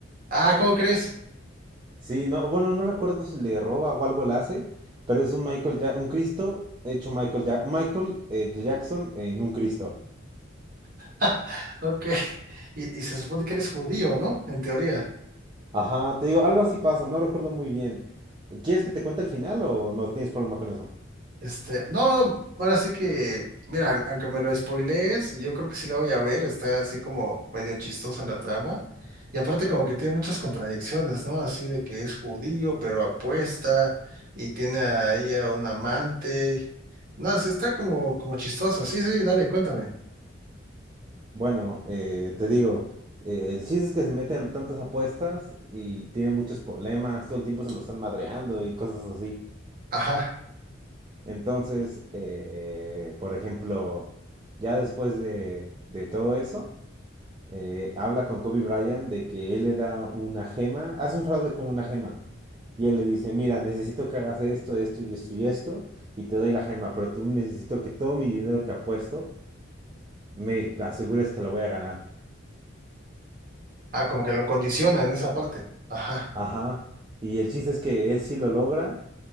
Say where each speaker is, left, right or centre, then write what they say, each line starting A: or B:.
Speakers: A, on the right; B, on the right.
A: Ah, ¿cómo crees?
B: Sí, no, bueno, no recuerdo si le roba o algo le hace, pero es un Michael Ja- un Cristo hecho Michael Ja- Michael eh, Jackson en un Cristo.
A: <laughs> Ok. Y, y se supone que él es judío, ¿no? En teoría.
B: Ajá, te digo, algo así pasa, no recuerdo muy bien. ¿Quieres que te cuente el final o no tienes problema con eso?
A: Este, no, ahora sí que, mira, aunque me lo spoilees, yo creo que sí la voy a ver, está así como medio chistosa la trama. Y aparte como que tiene muchas contradicciones, ¿no? Así de que es judío, pero apuesta y tiene a ella un amante. No, sí está como, como chistosa. Sí, sí, dale, cuéntame.
B: Bueno, eh, te digo, eh, el chiste es que se meten en tantas apuestas y tiene muchos problemas, todo el tiempo se lo están madreando y cosas así.
A: Ajá.
B: Entonces, eh, por ejemplo, ya después de, de todo eso, eh, habla con Kobe Bryant de que él le da una gema, hace un fraude con una gema. Y él le dice, mira, necesito que hagas esto, esto y esto y esto, y te doy la gema, pero tú necesito que todo mi dinero que apuesto me asegures que lo voy a ganar.
A: Ah, como que lo condiciona en esa parte. Ajá.
B: Ajá. Y el chiste es que él sí lo logra